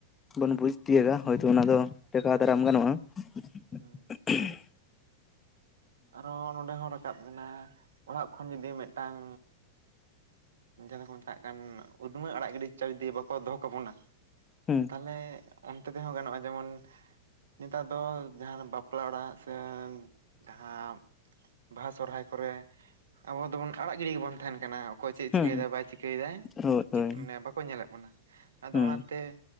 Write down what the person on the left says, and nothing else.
ᱵᱚᱱ ᱵᱩᱡ ᱛᱤᱭᱳᱜᱟ ᱦᱚᱭᱛᱳ ᱚᱱᱟ ᱫᱚ ᱴᱮᱠᱟᱣ ᱫᱟᱨᱟᱢ ᱜᱟᱱᱚᱜᱼᱟ ᱾ <unintelligible>
ᱦᱩᱸ
ᱦᱩᱸ
ᱦᱳᱭ ᱦᱳᱭ
ᱦᱩᱸ